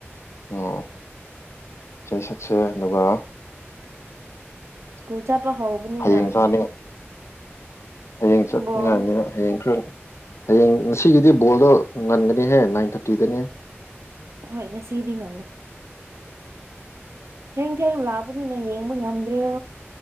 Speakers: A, on the left; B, on the right.
A: ꯑꯣ ꯏꯁꯩ ꯁꯛꯁꯦ ꯑꯗꯨꯒ
B: ꯁ꯭ꯀꯨꯜ ꯆꯠꯄ ꯍꯧꯕꯅꯤꯅ
A: ꯍꯌꯦꯡ ꯆꯥꯅꯤ ꯍꯌꯦꯡ ꯆꯠꯅꯤꯡꯉꯥꯏꯅꯤꯅ
B: ꯕꯣꯜ
A: ꯍꯌꯦꯡ ꯈꯔ ꯍꯌꯦꯡ ꯉꯁꯤꯒꯤꯗꯤ ꯕꯣꯜꯗꯣ ꯉꯟꯒꯅꯤꯍꯦ ꯅꯥꯏꯟ ꯊꯥꯔꯇꯤꯗꯅꯦ
B: ꯍꯣꯏ ꯉꯁꯤꯗꯤ ꯉꯗ ꯊꯦꯡ ꯊꯦꯡ ꯂꯥꯛꯕꯅꯤꯅ ꯌꯦꯡꯕ ꯉꯝꯗ꯭ꯔꯦ